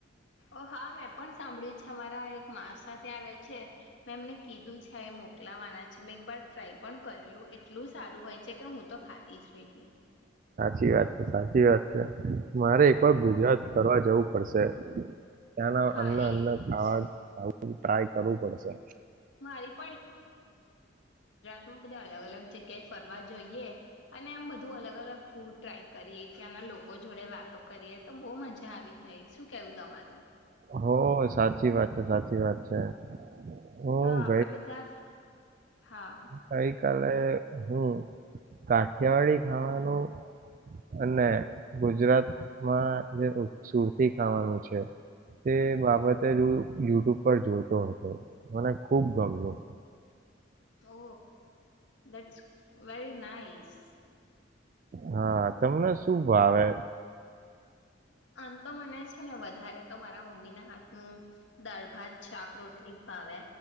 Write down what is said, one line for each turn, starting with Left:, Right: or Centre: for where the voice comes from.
Left: ઓ હા મેં પણ સાંભળ્યું છે અમારા એક માસા ત્યાં રહે છે મેં એમને કીધું છે મોકલાવાના છે મેં એકવાર ટ્રાય પણ કરેલું એટલું સારું હોય છે કે હું તો ખાધી જ રહી ગઈ.
Right: સાી વાત છે સાચી વાત છે મારે એક વાર ગુજરાત ફર જવું પડશે. ત્યાંના
Left: હા
Right: અન્ન અન્ન
Left: એજ
Right: ખાવા બું ટ્રાય કરવું પડશે.
Left: મારી બધ અલગ અલગ જગ્યાએ ફરવા જોઈએ અને એમ બધું અલગ અલગ ફૂડ ટ્રાય કરીએ ત્યાંના લોકો જોડે વાતો કરીએ તો બહુ મજ જ આવી ભાઈ શું કેવું તમારું
Right: હો સાચી વાત છે સાચી વાત છે. હું
Left: હા આપડા બધા હા.
Right: ગઈ કલે હું કાઠિયાવાડી ખાવાનું અને ગુજરાતમાં જે સુરતી ખાવાનું છે તે બાબતે જ યુટ્યુબ પર જોતો હતો મને ખુબ ગમ્યું.
Left: ઓ દેટસ વેરી નાઇસ.
Right: હા તમને શું ભાવે
Left: આમ તો મને છે ને વધારે તો મારા મમ્મીના હાથનું દાલ ભાત શાક રોટલી ભાવે